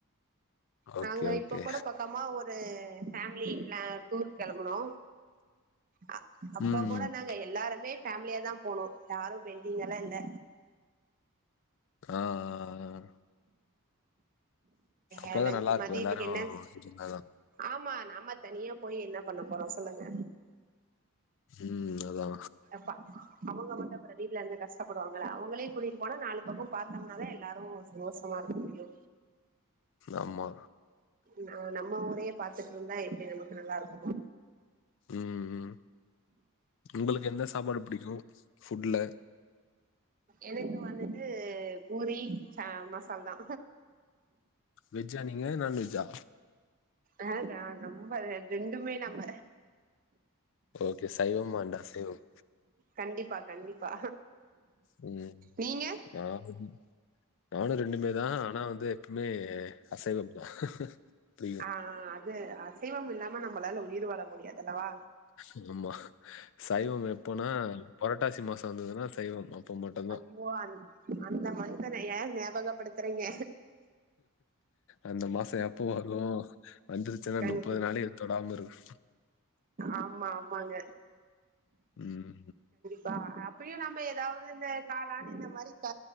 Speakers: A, on the left (about 60°); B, on the right (about 40°).
A: ஓகே,
B: நாங்க
A: ஓகே.
B: இப்ப கூட பக்கமா ஒரு இது ஃபேமிலி பிளா டூர் கெளம்புனோ ஆ அப்ப
A: ம்.
B: கூட நாங்க எல்லாருமே ஃபேமிலியா தா போனோ யாரு பெண்டிங்கெல்லா இல்ல
A: ஆ ஆ ஆ. அப்பதான்
B: ஆ லஞ்
A: நல்லாருக்கும்.
B: மதியத்துக்கு
A: எல்லாரும்
B: என்ன
A: இருந்தா தான்.
B: ஆமா நம்ம தனியா போய் என்ன பண்ண போறோ சொல்லுங்க
A: ம் அதா
B: எங்கப்பா அவங்க மட்டு அப்புற வீட்டல இருந்து கஷ்டப்படுவாங்கல்ல அவுங்களையு கூட்டிட்டு போனா நாலு பக்கம் பாத்தோம்னாலா எல்லாரு சந்தோஷமா இருக்கு
A: ஆம்மா
B: நா நம்ம ஊரையே பாத்துட்டு இருந்தா எப்டி நமக்கு நல்லா இருக்குமா
A: ம் ம் உங்களுக்கு எந்த சாப்பாடு புடிக்கும் ஃபுட்ல
B: எனக்கு வந்துட்டு பூரி ச மசால் தா
A: வெஜ்ஜா நீங்க நான் வெஜ்ஜா
B: ஆ நா நம்ம ரெண்டுமே நம்ம
A: ஓகே சைவம் அண்ட் அசைவம்
B: கண்டிப்பா கண்டிப்பா
A: சேர்
B: நீங்க
A: நானுமே நானு ரெண்டுமே தா ஆனா வந்து இங்க ஏ அசைவமா புரிய்து
B: ஆ அது அசைவம் இல்லாம நம்மளால உயிர் வாழ முடியாது அல்லவா
A: செரிமா சைவம் எப்போனா பொரட்டாசி மாச வந்ததுனா சைவம் அப்ப மட்டுதா
B: ஐயோ அந் அந்த மந்த்தன ஏ ஞாபகப்படுத்துறீங்க
A: அந்த மாச எப்போ வரு வந்துருச்சுனா
B: கண்டி
A: நுப்பது நாளைக்கு தொடாம இருக்ணு
B: ஆமா ஆமாங்க
A: ம்
B: பா அப்டியு நம்ப எதாவ்து இந்த காளான் இந்த மாரி க